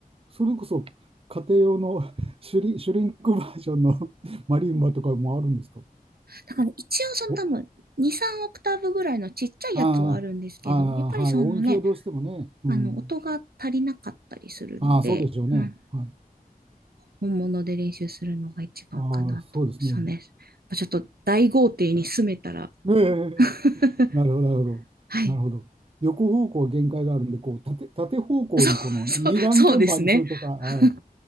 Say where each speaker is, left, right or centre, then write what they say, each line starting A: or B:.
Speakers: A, on the right; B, on the right.
A: それこそ、家庭用のシュリ、シュリンクバージョンの <laughs> マリンバとかもあるんですか
B: だから一応その多分2、
A: お、
B: 3オクターブぐらいのちっちゃいやつはあるんですけど、
A: あーあー、
B: やっぱりそのね、
A: はい、音域がどうしてもね。うん、
B: あの音が足りなかったりするので、
A: ああ、そうでしょうね。
B: まあ
A: はい、
B: 本物で練習するのが一番かなと。
A: ああ、そうですね。
B: そうね。まちょっと大豪邸に住めたら。
A: ええ
B: <laughs>
A: なるほど、なるほど。
B: はい。
A: なるほど。横方向は限界があるんで、こう縦、縦方向にこの二段鍵盤にするとか、
B: そう、そう、そうですね。<laughs>
A: あ、